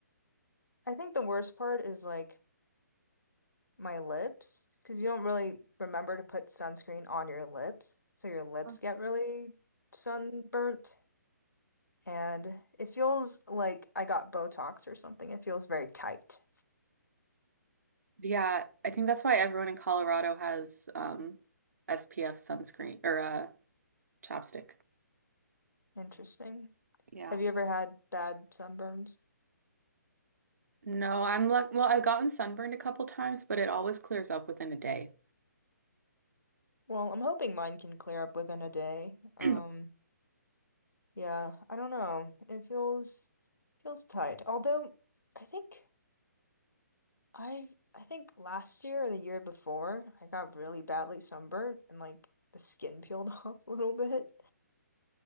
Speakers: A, on the left; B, on the right.
A: I think the worst part is like my lips, because you don't really remember to put sunscreen on your lips, so your lips
B: Oh.
A: get really sunburnt. And it feels like I got Botox or something. It feels very tight.
B: Yeah, I think that's why everyone in Colorado has um SPF sunscreen or uh chapstick.
A: Interesting.
B: Yeah.
A: Have you ever had bad sunburns?
B: No, I'm like well, I've gotten sunburned a couple times, but it always clears up within a day.
A: Well, I'm hoping mine can clear up within a day. Um,
B: <clears throat>
A: Yeah, I don't know. It feels feels tight. Although I think I I think last year or the year before, I got really badly sunburned and like the skin peeled <laughs> off a little bit.